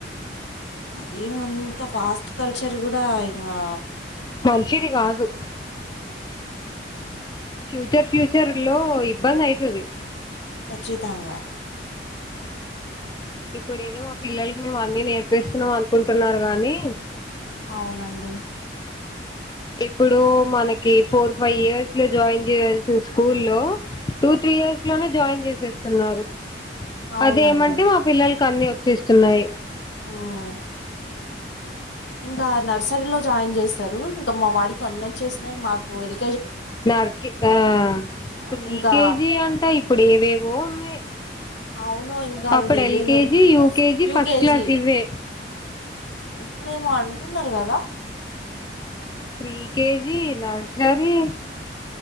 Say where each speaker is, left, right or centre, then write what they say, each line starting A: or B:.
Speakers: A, on the left; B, on the left.
A: మరి అంత ఫాస్ట్ కల్చర్ కూడా ఇంగా
B: మంచిది కాదు ఫ్యూచర్ ఫ్యూచ చర్ లో ఇబ్బంది అయితది
A: కచ్చితంగా
B: ఇప్పుడు ఏదో మా పిల్లలకి మేము అన్ని నేర్పిస్తున్నాం అనుకుంటున్నారు గాని
A: అవునండి
B: ఇప్పుడు మనకి ఫోర్ ఫైవ్ ఇయర్స్ లో జాయిన్ చేయాల్సిన స్కూల్లో టూ త్రీ ఇయర్స్ లోనే జాయిన్ చేసేస్తున్నారు
A: అవునండి
B: అదేమంటే మా పిల్లలకు అన్ని వచ్చేస్తున్నాయి
A: మ్మ్ ఇంగా నర్సరీలో జాయిన్ చేస్తారు ఇంకా మా వాడికి అన్ని వచ్చేసినాయి మాకు వెల్
B: నార్కి ఆ
A: ఆ,
B: ప్రీకేజీ
A: ఇంకా
B: అంట ఇప్పుడు ఏవేవో ఉన్నాయి
A: అవును ఇంకా అవి
B: అప్పుడు
A: తెలీదు
B: LKG UKG
A: UKG
B: first class ఇవే
A: ఇప్పుడేమో అంటున్నారు కదా
B: ప్రీకెజీ నర్సరీ